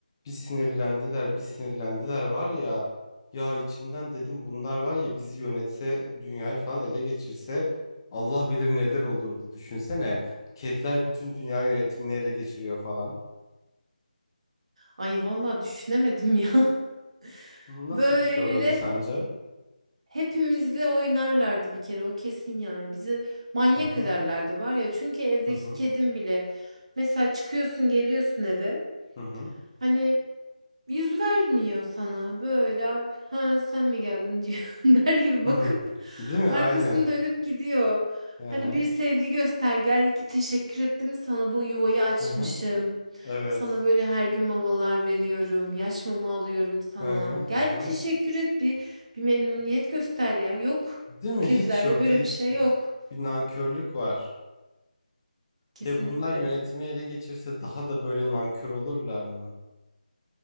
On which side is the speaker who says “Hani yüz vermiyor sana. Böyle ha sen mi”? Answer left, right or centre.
Right